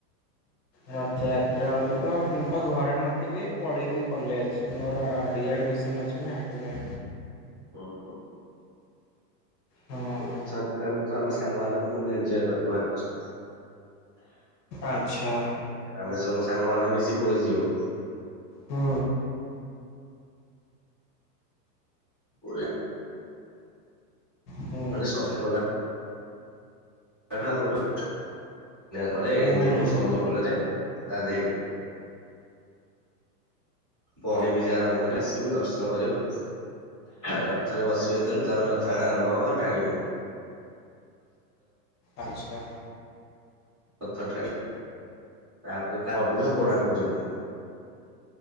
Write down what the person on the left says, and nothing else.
ରଥଯାତ୍ରା ବେଳକୁ ତ ମୁଁ ତ ଘରେ ନଥିବି ପଳେଇବି କଲେଜ ମୋର ଆରି ଆଡ଼ମିସନ୍ ଅଛି ହେପା
ହଁ।
ଆଚ୍ଛା
ହୁଁ
ହୁଁ
ହୁଁ
ଆଚ୍ଛା
ହୁଁ